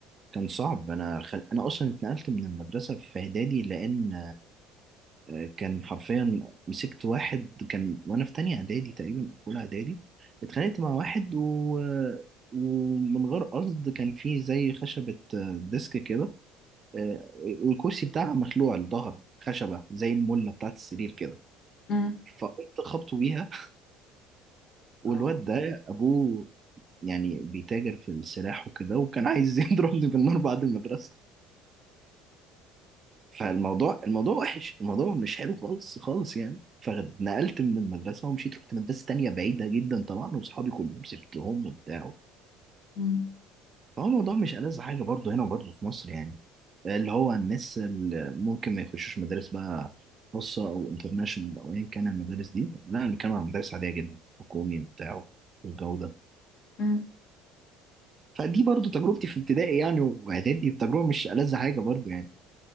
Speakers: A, on the right (about 35°); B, on the left (about 55°).
A: كان صعب أنا خل... أنا أصلا اتنقلت من المدرسة في إعدادي لأن آه، كان حرفيا مسكت واحد كان وأنا في تانية إعدادي تقريبا أو في أولى إعدادي اتخانقت مع واحد و... ومن غير قصد كان في زي خشبة آه، ديسك كده آه، والكرسي بتاعها مخلوع الظهر خشبة زي الملة بتاعت السرير كده
B: امم
A: فقمت خبطه بيها والواد
B: اه
A: ده ابوه يعني بيتاجر في السلاح وكده وكان عايز <laughs> يضربني بالنار بعد المدرسه فالموضوع الموضوع وحش الموضوع مش حلو خالص خالص يعني فنقلت من المدرسه ومشيت رحت مدرسه تانية بعيده جدا طبعا واصحابي كلهم سبتهم وبتاع
B: مم.
A: فهو الموضوع مش ألذ حاجه برضه هنا وبرضه في مصر يعني اللي هو الناس اللي ممكن ما يخشوش مدارس بقى خاصه او انترناشونال او ايا كان المدارس دي لا انا بتكلم عن مدارس عاديه جدا حكومي وبتاع والجو ده
B: مم.
A: فدي برضو تجربتي في ابتدائي يعني واعدادي التجربه مش ألذ حاجه برضو يعني